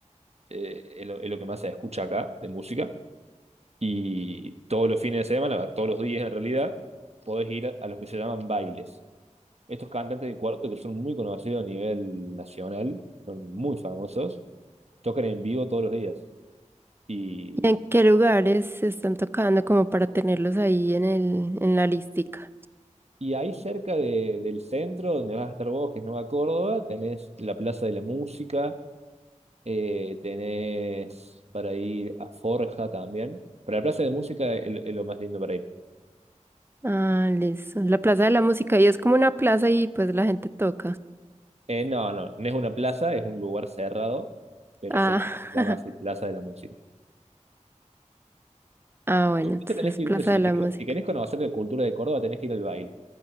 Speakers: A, on the right; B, on the right.
A: eh, es lo, es lo que más se escucha acá de música. Y todos los fines de semana, va todos los días en realidad, podés ir a, a los que se llaman bailes. Estos cantantes de cuarteto que son muy conocidos a nivel nacional, son muy famosos tocan en vivo todos los días. Y,
B: ¿Y en qué lugares se están tocando como para tenerlos ahí en el, en la listica?
A: y ahí cerca de- del centro, donde vas a estar vos, que es Nueva Córdoba, tenés la Plaza de la Música, eh, tenés para ir a Forja también. Pero la Plaza de Música es, es lo más lindo para ir.
B: Ah, listo. La Plaza de la Música. Y es como una plaza y pues la gente toca.
A: Eh, no, no, no es una plaza, es un lugar cerrado, pero
B: Ah,
A: se llama
B: <laughs>
A: así Plaza de la Música.
B: ah, bueno,
A: Eso
B: entonces
A: tenés que
B: Plaza
A: ir, sí o sí.
B: de la
A: Si querés,
B: Música.
A: si querés conocer la cultura de Córdoba, tenés que ir al baile.